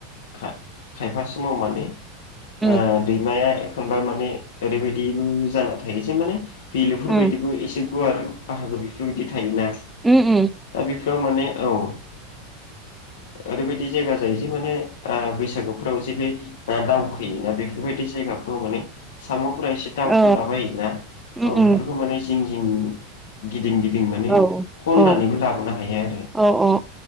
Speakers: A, on the left (about 85°); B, in the centre.
A: खायफा समाव माने ओ
B: उम
A: दैमाया एखनबा माने ओरैबायदिबो जाना थायोसे माने बेलुफोरबायायदिबो
B: उम
A: एसे गुवार बाहागो बेफोरबायदि थायोना
B: उम
A: दा बे बे माने औ ओ ओरैबायदि जायगा जायो जे माने ओ बैसागुफोराव जे बे ना दाउ बेफोरबायदि जायगाफ्राव माने मामु फुरा एसे दावउखलाबायायोना
B: औ उम
A: औ
B: उम
A: बेफोरखौ माने जिं जिं गिदिं गिदिं माने
B: औ
A: खननानैबो
B: औ
A: लाबोनो हायो आरो
B: औ औ